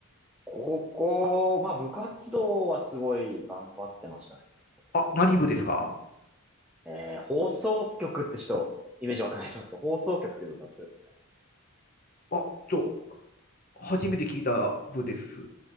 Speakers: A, in the centre; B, on the left (about 40°).
A: 高校、まあ部活動はすごい頑張ってましたね。高校とか
B: あ、何部ですか
A: えー、放送局ってちょっとイメージ湧かないと思うんですけど、放送局という部活ですね
B: あ、ちょ、初めて聞いた部です。